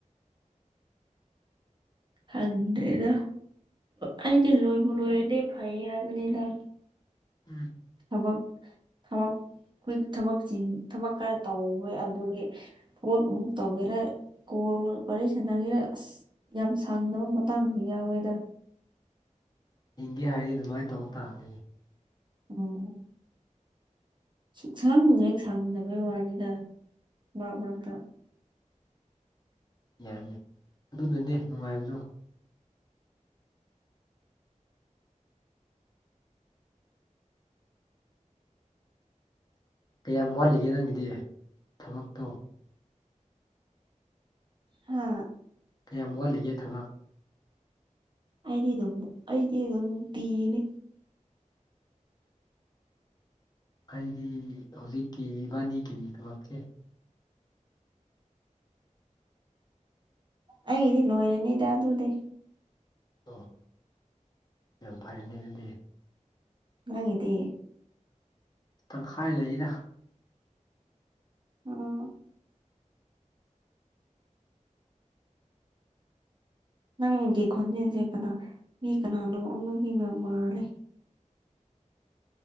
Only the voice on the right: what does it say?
ꯈꯪꯗꯔꯦꯗ ꯑꯩꯗꯤ ꯂꯣꯏꯕꯨ ꯂꯣꯏꯔꯗꯤ ꯐꯩꯌꯦ ꯍꯥꯏꯕꯅꯤꯗ꯫
ꯊꯕꯛ ꯊꯕꯛ ꯈꯣꯏ ꯊꯕꯛ ꯆꯤꯟ ꯊꯕꯛ ꯈꯔ ꯇꯧꯋꯦ ꯑꯗꯨꯒꯤ꯫ ꯄꯣꯠ ꯑꯃꯨꯛ ꯇꯧꯒꯦꯔꯥ ꯀꯣꯜ ꯋꯥꯔꯤ ꯁꯥꯟꯅꯒꯦꯔꯥ ꯑꯁ꯫ ꯌꯥꯝ ꯁꯪꯗꯕ ꯃꯇꯥꯡ ꯌꯥꯎꯋꯦꯗ꯫
ꯑꯣ ꯑꯣ꯫ ꯁꯨꯡꯁꯪ ꯍꯦꯛ ꯁꯥꯡꯗꯕꯩ ꯋꯥꯅꯤꯗ ꯃꯔꯛ ꯃꯔꯛꯇ꯫
ꯍꯥ꯫
ꯑꯩꯗꯤ ꯑꯗꯨꯝ ꯑꯩꯗꯤ ꯑꯗꯨꯝ ꯅꯨꯡꯇꯤꯒꯤꯅꯤ꯫
ꯑꯩꯒꯤꯗꯤ ꯂꯣꯏꯔꯅꯤꯗ ꯑꯗꯨꯗꯤ꯫
ꯅꯪꯒꯤꯗꯤ꯫
ꯑꯣ꯫ ꯅꯪꯒꯤ ꯈꯣꯟꯖꯦꯜꯁꯦ ꯀꯅꯥ ꯃꯤ ꯀꯅꯥꯅꯣ ꯑꯃꯒꯤ ꯃꯌꯥꯝ ꯃꯥꯜꯂꯦ꯫